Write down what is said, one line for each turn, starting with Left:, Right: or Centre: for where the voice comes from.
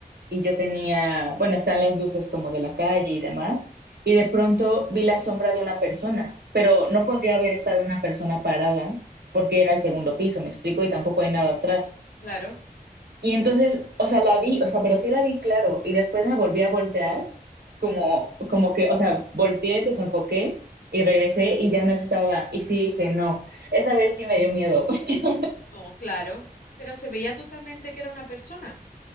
Right: y yo tenía, bueno, están las luces como de la calle y demás, y de pronto vi la sombra de una persona, pero
Left: ujú,
Right: no podría haber estado una persona parada porque era el segundo piso, me explico, y tampoco hay nada atrás.
Left: claro,
Right: Y entonces, o sea, la vi, o sea, pero sí la vi, claro, y después me volví a voltear, como, como que, o sea, volteé, desenfoqué y regresé y ya no estaba. Y sí dije, no, esa vez sí me dio miedo. <laughs>
Left: no, claro. Pero se veía totalmente que era una persona.